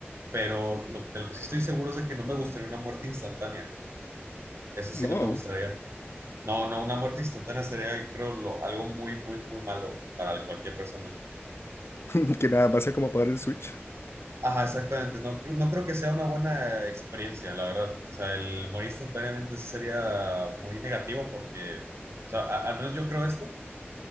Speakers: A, on the right (about 75°); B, on the left (about 70°).
A: Pero lo- de lo que sí estoy seguro es de que no me gustaría una muerte instantánea. Eso sí
B: No,
A: no me gustaría. No, no, una muerte instantánea sería, creo, lo- algo muy, muy, muy malo para cualquier persona.
B: <laughs> que nada, va a ser como apagar el Switch.
A: Ajá, exactamente. No, creo- no creo que sea una buena experiencia, la verdad. O sea, el morir instantáneamente sí sería muy negativo porque, o sea, a- al menos yo creo esto.